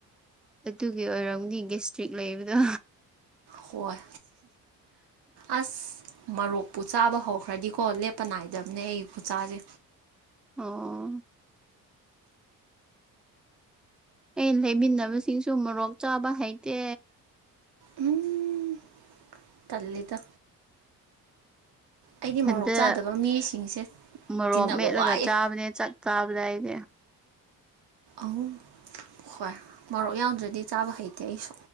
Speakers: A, in the centre; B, on the right.
A: ꯑꯗꯨꯒꯤ ꯑꯣꯏꯔꯝꯅꯤ ꯒꯦꯁꯇ꯭ꯔꯤꯛ ꯂꯩꯕꯗꯣ
B: ꯍꯣꯏ ꯑꯁ ꯃꯣꯔꯣꯛ ꯄꯨ ꯆꯥꯕ ꯍꯧꯈ꯭ꯔꯗꯤꯀꯣ ꯂꯦꯞꯄ ꯅꯥꯏꯗꯕꯅꯦ ꯑꯩ ꯈꯨꯆꯥꯁꯦ
A: <unintelligible> ꯑꯩ ꯂꯩꯃꯤꯟꯅꯕꯁꯤꯡꯁꯨ ꯃꯣꯔꯣꯛ ꯆꯥꯕ ꯍꯩꯇꯦ
B: ꯎꯝ ꯇꯜꯂꯤꯗ ꯑꯩꯗꯤ
A: ꯍꯟꯇꯛ
B: ꯃꯣꯔꯣꯛ ꯆꯥꯗꯕ ꯃꯤꯁꯤꯡꯁꯦ
A: ꯃꯣꯔꯣꯛ
B: ꯇꯤꯟꯅꯕ
A: ꯃꯦꯠꯂꯒ
B: ꯋꯥꯏꯑꯦ
A: ꯆꯥꯕꯅꯦ ꯆꯛ ꯆꯥꯕꯗ ꯑꯩꯗꯤ
B: ꯑꯍꯨꯝ ꯍꯣꯏ ꯃꯣꯔꯣꯛ ꯌꯥꯎꯗ꯭ꯔꯗꯤ ꯆꯥꯕ ꯍꯩꯇꯦ ꯑꯩꯁꯨ